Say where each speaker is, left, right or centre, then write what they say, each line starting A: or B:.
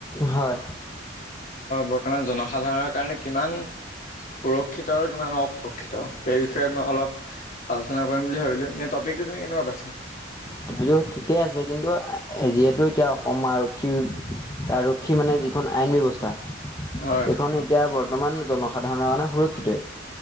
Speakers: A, on the left (about 20°); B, on the left (about 45°).
A: হয়।
B: বৰ্তমান জনসাধাৰণৰ কাৰণে কিমান সুৰক্ষিত আৰু কিমান অসুৰক্ষিত, সেই বিষয়ে মই অলপ আলোচনা কৰিম বুলি ভাবিলোঁ এনে টপিকটো তুমি কেনেকুৱা পাইছা।
A: টপিকটো ঠিকে কিন্তু যিহেতু এতিয়া অসম আৰক্ষী, বাৰু সি মানে যিখন আইন ব্যৱস্থা
B: হয়,
A: এইখন এতিয়া বৰ্তমান জনসাধাৰণৰ কাৰণে সুৰক্ষিতই,